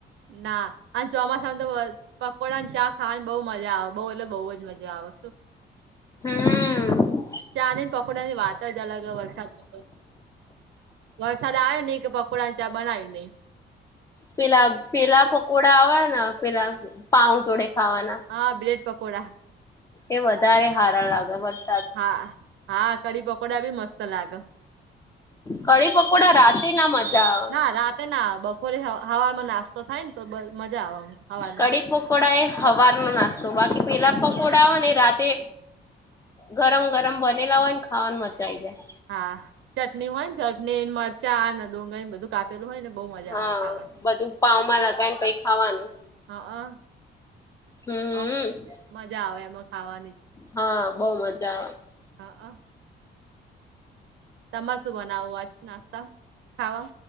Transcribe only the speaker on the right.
ના અને ચોમાસામાં તો પકોડા ને ચા ખાવાને બહુ મજા આવે બહુ એટલે બહુ જ મજા આવે.
ચાની ને પકોડા ની વાત જ અલગ વરસાદમાં તો વરસાદ આવે ને કે પણ આ ચા બના ઈ જ નહી.
હા બ્રેડ પકોડા
હા હા કડી-પકોડા બી મસ્ત લાગ.
ના રાતે ના આવે બપોરે હ-હવારમાં નાસ્તો થાય ન તો બસ મજા આવે હવારમાં.
હા ચટણી હોય ને ચટણી, ન મરચા ન ડુંગળી બધું કાપેલું હોય ને બહુ મજા
આવે ખાવાની.
હઅ
ઓમ મજા આવે એમાં ખાવાની.
હઅ તમારે શું બનાવું આજ નાસ્તા માં ખાવામ.